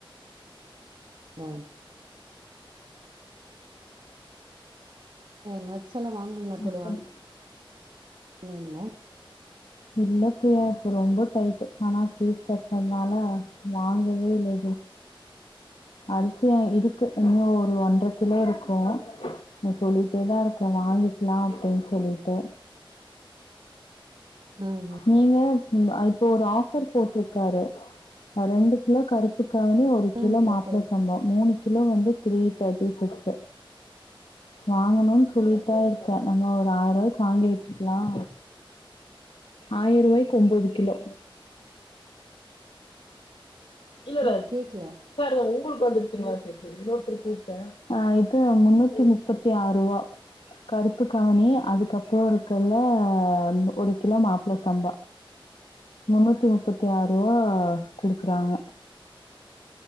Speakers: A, on the right; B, on the left.
A: அ நட்ஸ் எல்லாம் வாங்குனீங்களா தோழி
B: அப்புறம்
A: வா ன்னீங்களா
B: இல்ல பிரியா இப்போ ரொம்ப டைட்டு ஆனா ஃபீஸ் கட்டனால வாங்கவே இல்லை அரிசி இருக்கு இன்னும் ஒரு ஒன்றரை கிலோ இருக்கும் சொல்லி ட்டே தான் இருக்க வாங்கிக்கலாம் அப்டின்னு சொல்லிட்டு
A: ஆ ஹ
B: நீங்க இப்போ ஒரு ஆஃபர் போட்டிருக்காரு ரெண்டு கிலோ கருப்பு க்கனே ஒரு கிலோ
A: ஆ கேக்குற
B: மாப்பிளை
A: இப்போ
B: சம்பவம் மூணு கிலோ வந்து த்ரீ தேர்ட்டி சிக்ஸ் ம் <inaudible> வாங்கணுன்னு சொல்லிட்டா இருக்கேன் நம்ம ஒரு ஆயிரம் ரூவாய்க்கு வாங்கி வெச்சுக்கலாம் ஆயிரம் ரூவாய்க்கு ஒம்பது கிலோ இல்லல்ல
A: தோழி கேக்கல
B: சாரி உங்களுக்கு வந்துருச்சுங்களா செரி செரி ஆ இது முன்னூத்தி முப்பத்தி ஆறு ரூவா கருப்பு கவனி அதுக்கப்பறோ இருக்கல்ல ஒரு கிலோ மாப்பிள சம்பா முன்னூத்தி முப்பத்தி ஆறு ரூவா குடுக்குறாங்க